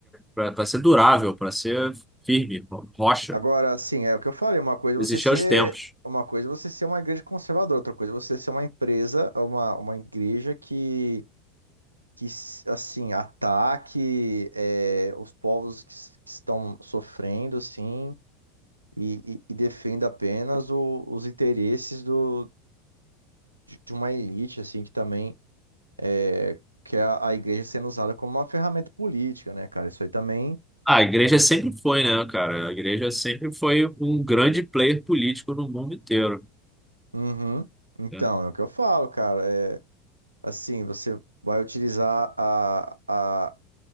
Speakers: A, in the centre; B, on the right (about 85°).
A: Para ser durável, para ser firme, ro- rocha.
B: Agora, assim, é o que eu falei, uma coisa
A: Existir
B: é você ser
A: aos tempos.
B: uma coisa é você ser uma igreja conservadora, outra coisa é você ser uma empresa, uma, uma igreja que, que assim, ataque é, os povos que, s- que estão sofrendo, assim, e, e, e defenda apenas o- os interesses do, de, de uma elite, assim, que também é, que é a, a igreja sendo usada como uma ferramenta política, né, cara? Isso aí também
A: Ah, A igreja sempre foi, né, cara? A igreja sempre foi um grande player político no mundo inteiro.
B: Uhum. Então,
A: né?
B: é o que eu falo, cara. É assim, você vai utilizar a, a,